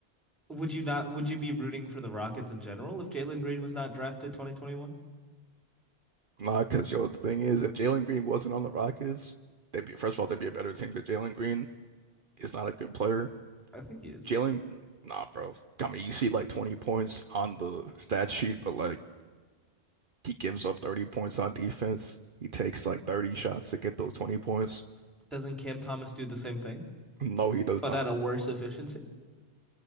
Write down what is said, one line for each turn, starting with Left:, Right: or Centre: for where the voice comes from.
Centre: would you not would you be rooting for the Rockets in general if Jalen Green was not drafted 2021?
Right: Nah, because yo, the thing is, if Jalen Green wasn't on the Rockets, they'd be first of all, they'd be a better team because Jalen Green is not a good player.
Centre: I think he is.
Right: Jalen, nah, bro. I mean, you see like 20 points on the stat sheet, but like He gives up 30 points on defense. He takes like 30 shots to get those 20 points.
Centre: Doesn't Cam Thomas do the same thing,
Right: No, he does
Centre: but
Right: not.
Centre: at a worse efficiency?